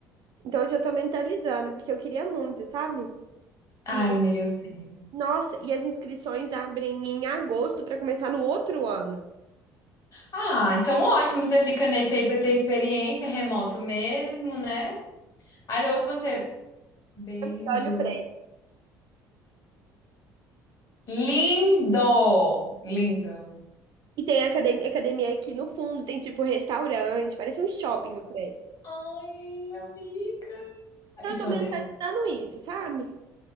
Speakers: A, on the right; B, on the left.
A: Então eu já tô mentalizando, porque eu queria muito, sabe?
B: Ai,
A: E,
B: amiga, eu sei.
A: nossa, e as inscrições abrem em agosto pra começar no outro ano.
B: Ah, então ótimo, você fica nesse aí pra ter experiência, remoto mesmo, né? Aí no outro você. Beijo.
A: Amiga, Olha o prédio.
B: Lindo! Lindo.
A: E tem academia, academia aqui no fundo, tem tipo restaurante, parece um shopping o prédio.
B: Ai, amiga. Ai,
A: Então eu
B: sonho
A: tô mentalizando
B: dele.
A: isso, sabe?